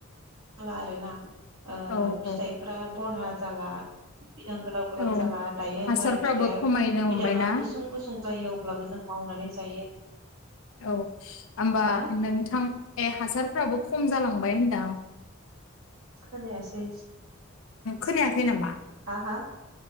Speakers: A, on the right; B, on the left.
A: जाला आरोना ओ
B: औ
A: फिथाइफ्रा
B: औ
A: बरहा जाला। बिदां गोलाव गोलाव
B: औ
A: जाला दायो
B: हासारफ्राबो
A: माइ फिथो
B: खमायनो
A: बिदाङा
B: हमबायना
A: गुसुं गुसुं। जायो अब्लाबो जों मावनानै जायो।
B: औ होमबा
A: हा
B: नोंथां ए हासारफ्राबो खम जालांबाय होनदां।
A: खोनायासै।
B: खोनायाखै नामा।
A: हा हा।